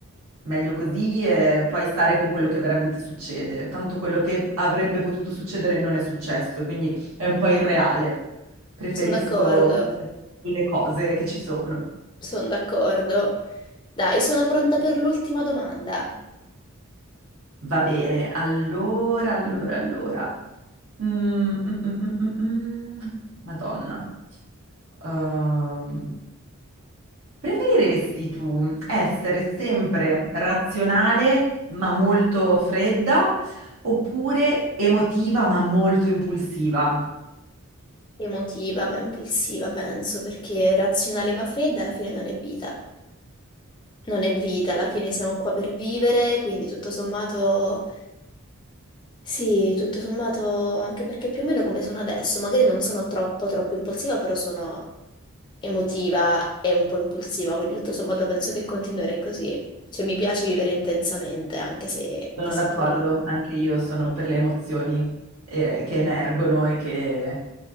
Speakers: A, on the right; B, on the left.
A: Meglio così e poi stare con quello che veramente succede. Tanto quello che avrebbe potuto succedere non è successo, quindi è un po' irreale. Preferisco
B: sono d'accordo,
A: vivere le cose che ci sono.
B: sono d'accordo. Dai, sono pronta per l'ultima domanda.
A: Va bene, allora, allora, allora. Mm, mm, mm, mm, mm, mm. Madonna. Ehm, preferiresti tu essere sempre razionale ma molto fredda oppure emotiva ma molto impulsiva?
B: Emotiva ma impulsiva, penso, perché razionale ma fredda alla fine non è vita. Non è vita, alla fine siamo qua per vivere, quindi tutto sommato... Sì, tutto sommato, anche perché più o meno come sono adesso, magari non sono troppo troppo impulsiva, però sono emotiva e un po' impulsiva, quindi tutto sommato penso che continuerei così. Cioè mi piace vivere intensamente, anche se, anche
A: Sono
B: se
A: d'accordo,
B: poi...
A: anche io sono per le emozioni eh, che emergono e che